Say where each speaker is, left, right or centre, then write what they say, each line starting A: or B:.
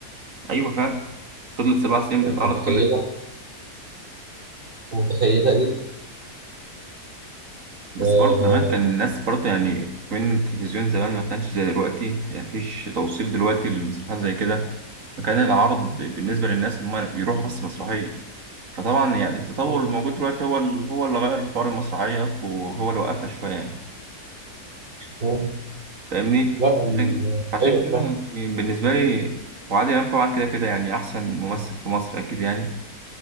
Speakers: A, on the right (about 55°); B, on the right (about 35°).
A: ايوه فعلا فضلت سبع سنين
B: كنت
A: بتتعرض
B: متخيلها
A: كل اسبوع
B: كنت متخيلها دي
A: بس
B: آه،
A: برضه زمان كان الناس برضه يعني من التلفزيون زمان ما كانش زي دلوقتي يعني مفيش توصيل دلوقتي للمسرحيات زي كده فكان العرض بالنسبة للناس ان هم يروحوا بس مسرحية فطبعا يعني التطور
B: مم،
A: الموجود دلوقتي هو ال- هو اللي غير حوار المسرحيات وهو اللي وقفها شوية يعني
B: مم.
A: فاهمني
B: لا ال-
A: عشان عشان
B: ايوه
A: كده
B: فاهم
A: يعني بالنسبة لي وعادل إمام طبعا كده كده يعني أحسن ممثل في مصر أكيد يعني